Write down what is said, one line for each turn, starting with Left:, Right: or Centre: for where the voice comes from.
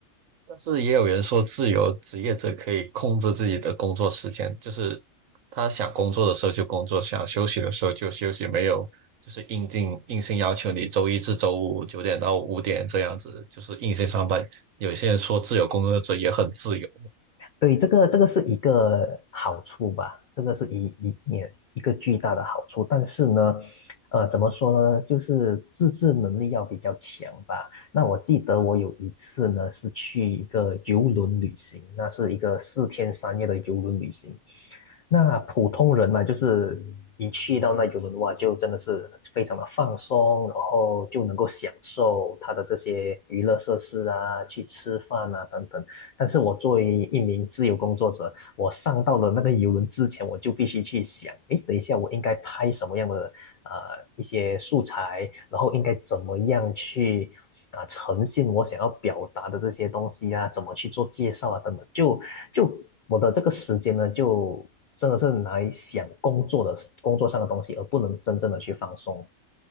Right: 但是也有人说，自由职业者可以控制自己的工作时间，就是他想工作的时候就工作，想休息的时候就休息，没有就是硬定硬性要求你周一至周五九点到五点这样子，就是硬性上班。有些人说自由工作者也很自由，
Left: 对，这个这个是一个好处吧，这个是一一也一个巨大的好处。但是呢，呃，怎么说呢，就是自制能力要比较强吧。那我记得我有一次呢，是去一个游轮旅行，那是一个四天三夜的游轮旅行。那普通人嘛，就是一去到那游轮的话，就真的是非常的放松，然后就能够享受它的这些娱乐设施啊，去吃饭啊等等。但是我作为一名自由工作者，我上到了那个游轮之前，我就必须去想，诶，等一下我应该拍什么样的呃一些素材，然后应该怎么样去啊、呈现我想要表达的这些东西啊，怎么去做介绍啊等等，就就我的这个时间呢，就真的是来想工作的工作上的东西，而不能真正的去放松。